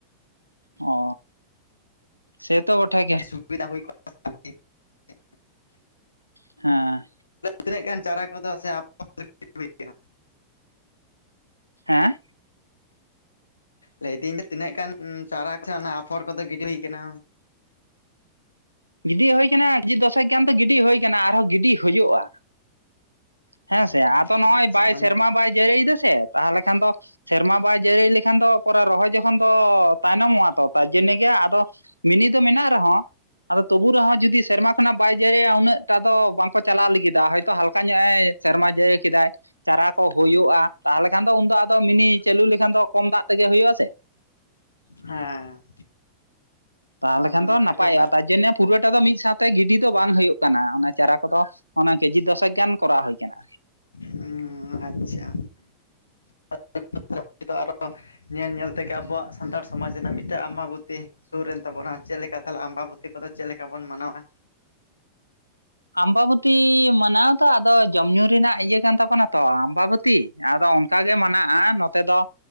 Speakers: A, on the right; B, on the left.
A: ᱚ, ᱥᱮᱛᱚ ᱵᱚᱴᱷᱮ ᱜᱮ
B: ᱟᱹᱰᱤ ᱥᱩᱵᱤᱫᱷᱟ ᱦᱩᱭ ᱠᱚᱜ, <unintelligible>
A: ᱦᱮᱸ,
B: ᱛᱤᱱᱟᱹᱜ ᱜᱟᱱ ᱪᱟᱨᱟ ᱠᱚᱫᱚ ᱥᱮ ᱟᱯᱨ, <unintelligible> ᱦᱩᱭ ᱠᱟᱱᱟ, <unintelligible>
A: ᱦᱮᱸ,
B: ᱞᱟᱹᱭᱫᱟᱹᱧ ᱛᱤᱱᱟᱹᱜ ᱜᱟᱱ ᱪᱟᱨᱟ ᱠᱚ ᱚᱱᱟ ᱟᱯᱷᱚᱨ ᱠᱚᱫᱚ ᱜᱤᱰᱤ ᱦᱩᱭ ᱠᱟᱱᱟ᱾
A: ᱜᱤᱰᱤ ᱦᱩᱭ ᱠᱟᱱᱟ ᱠᱤᱡᱤ ᱫᱚᱥᱮᱠ ᱜᱟᱱ ᱫᱚ ᱜᱤᱰᱤ ᱦᱚᱭ ᱠᱟᱱᱟ ᱟᱨᱦᱚᱸ ᱜᱤᱰᱤ ᱦᱩᱭᱩᱜᱼᱟ᱾ ᱦᱮᱸ
B: ᱚ
A: ᱥᱮ ᱟᱫᱚ ᱱᱚᱜᱼᱚᱭ
B: ᱟᱪᱪᱷᱟ
A: ᱵᱟᱭ
B: ᱢᱟᱱᱮ
A: ᱥᱮᱨᱢᱟ ᱵᱟᱭ ᱡᱟᱹᱨᱤᱭ ᱫᱟ ᱥᱮ᱾ ᱛᱟᱦᱚᱞᱮ ᱠᱷᱟᱱ ᱫᱚ, ᱥᱮᱨᱢᱟ ᱵᱟᱭ ᱡᱟᱹᱨᱤ ᱞᱮᱠᱷᱟᱱ ᱫᱚ, ᱯᱚᱨᱮ ᱨᱚᱦᱚᱭ ᱡᱚᱠᱷᱚᱱ ᱫᱚ, ᱛᱟᱭᱱᱚᱢᱚᱜᱼᱟ ᱛᱚ᱾ ᱛᱟᱨ ᱡᱚᱱᱱᱮ ᱜᱮ, ᱟᱫᱚ ᱢᱤᱱᱤ ᱫᱚ ᱢᱮᱱᱟᱜ ᱨᱮᱦᱚᱸ, ᱟᱫᱚ ᱛᱚᱵᱩ ᱨᱮᱦᱚᱸ ᱡᱩᱫᱤ ᱥᱮᱨᱢᱟ ᱠᱷᱚᱱᱟᱜ ᱵᱟᱭ ᱡᱟᱹᱲᱤᱭᱟ ᱩᱱᱟᱹᱜ ᱴᱟ ᱫᱚ ᱵᱟᱝᱠᱚ ᱪᱟᱞᱟᱣ ᱞᱟᱹᱜᱤᱫᱟ ᱦᱚᱭᱛᱳ ᱦᱟᱞᱠᱟ ᱧᱚᱜ ᱮ, ᱥᱮᱨᱢᱟ ᱡᱟᱹᱭ ᱠᱮᱫᱟᱭ᱾ ᱪᱟᱨᱟ ᱠᱳ ᱦᱚᱭᱚᱜᱼᱟ, ᱛᱟᱦᱚᱞᱮ ᱠᱷᱟᱱ ᱫᱚ ᱩᱱᱫᱚ ᱟᱫᱚ ᱢᱤᱱᱤ ᱪᱟᱹᱞᱩ ᱞᱮᱠᱷᱟᱱ ᱫᱚ ᱠᱚᱢ ᱫᱟᱜ ᱛᱮᱜᱮ ᱦᱚᱭᱚᱜᱼᱟ ᱥᱮ᱾
B: ᱦᱮᱸ
A: ᱛᱟᱦᱚᱞᱮ
B: ᱟᱫᱚ
A: ᱠᱷᱟᱱ
B: ᱢᱤᱫ
A: ᱫᱚ ᱱᱟᱯᱟᱭᱚᱜᱼᱟ
B: ᱠᱟᱹᱴᱤᱡ
A: ᱛᱟᱭ ᱡᱟᱱᱮ ᱯᱩᱨᱟᱹ ᱴᱟᱜ ᱫᱚ ᱢᱤᱫ ᱥᱟᱶᱛᱮ ᱜᱤᱰᱤ ᱫᱚ ᱵᱟᱝ ᱦᱚᱭᱚᱜ ᱠᱟᱱᱟ ᱚᱱᱟ ᱪᱟᱨᱟ ᱠᱳ ᱫᱳ ᱚᱱᱟ ᱠᱮᱡᱤ ᱫᱚᱥ ᱮᱠ ᱜᱟᱱ ᱠᱳᱨᱟᱣ ᱦᱩᱭ ᱟᱠᱟᱱᱟ᱾
B: ᱦᱩᱸ ᱟᱪᱪᱷᱟ <unintelligible> <unintelligible> ᱧᱮᱞ ᱧᱮᱞ ᱛᱮᱜᱮ ᱟᱵᱚᱣᱟᱜ ᱥᱟᱱᱛᱟᱲ ᱥ ᱥᱚᱢᱟᱡᱽ ᱨᱮᱱᱟᱜ ᱢᱤᱫᱴᱮᱜ ᱟᱢᱵᱟᱵᱩᱛᱤ ᱥᱩᱨᱮ ᱮᱱ ᱛᱟᱵᱚᱱᱟ, ᱪᱮᱫ ᱞᱮᱠᱟ ᱛᱟᱦᱚᱞᱮ ᱟᱢᱵᱟᱵᱩᱛᱤ ᱠᱚᱫᱚ ᱪᱮᱫ ᱞᱮᱠᱟ ᱵᱚᱱ ᱢᱟᱱᱟᱣᱟ?
A: ᱟᱢᱵᱟᱵᱚᱛᱤ ᱢᱟᱱᱟᱣ ᱛᱚ ᱟᱫᱚ ᱡᱚᱢ ᱧᱩ ᱨᱮᱱᱟᱜ ᱤᱭᱟᱹ ᱠᱟᱱ ᱛᱟᱵᱚᱱᱟ ᱛᱚ ᱟᱢᱵᱟᱵᱩᱛ ᱛᱤ ᱟᱫᱚ ᱚᱱᱠᱟ ᱜᱮ ᱢᱟᱱᱟᱜᱼᱟ ᱱᱚᱛᱮ ᱫᱚ